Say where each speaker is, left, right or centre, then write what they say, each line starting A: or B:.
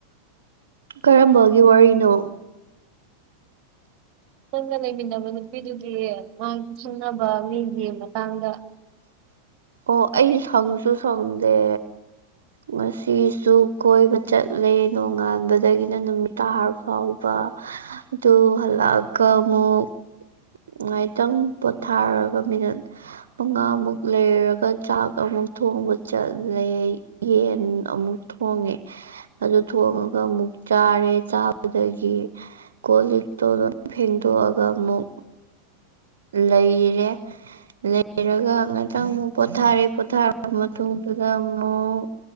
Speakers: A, on the right; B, on the right.
A: ꯀꯔꯝꯕꯒꯤ ꯋꯥꯔꯤꯅꯣ
B: ꯅꯪꯒ ꯂꯩꯃꯤꯟꯅꯕ ꯅꯨꯄꯤꯗꯨꯒꯤ ꯃꯥꯒꯤ ꯁꯪꯅꯕ ꯃꯤꯒꯤ ꯃꯇꯥꯡꯗ <inaudible>
A: ꯑꯣ ꯑꯩ ꯁꯪꯁꯨ ꯁꯪꯗꯦ ꯉꯁꯤꯁꯨ ꯀꯣꯏꯕ ꯆꯠꯂꯦ ꯅꯣꯡꯉꯥꯟꯕꯗꯒꯤꯅ ꯅꯨꯃꯤꯠ ꯇꯥꯔ ꯐꯥꯎꯕ ꯑꯗꯨ ꯍꯜꯂꯛꯑꯒ
B: ꯎꯝ
A: ꯑꯃꯨꯛ ꯉꯥꯏꯇꯪ ꯄꯣꯊꯥꯔꯒ ꯃꯤꯅꯠ ꯃꯉꯥꯃꯨꯛ ꯂꯩꯔꯒ ꯆꯥꯛ ꯑꯃꯨꯛ ꯊꯣꯡꯕ ꯆꯠꯂꯦ ꯌꯦꯟ ꯑꯃꯨꯛ ꯊꯣꯡꯉꯦ ꯑꯗꯨ ꯊꯣꯡꯉꯒ ꯑꯃꯨ ꯑꯃꯨꯛ ꯆꯥꯔꯦ ꯆꯥꯕꯗꯒꯤ ꯀꯣꯜꯂꯤꯛꯇꯣ ꯂꯣꯏ ꯐꯦꯡꯗꯣꯛꯑꯒ ꯑꯃꯨꯛ ꯂꯩꯔꯦ ꯂꯩꯔꯒ ꯉꯇꯪ ꯑꯃꯨꯛ ꯄꯣꯊꯥꯔꯦ ꯄꯣꯊꯥꯔꯕ ꯃꯇꯨꯡꯗꯨꯗ ꯑꯃꯨꯛ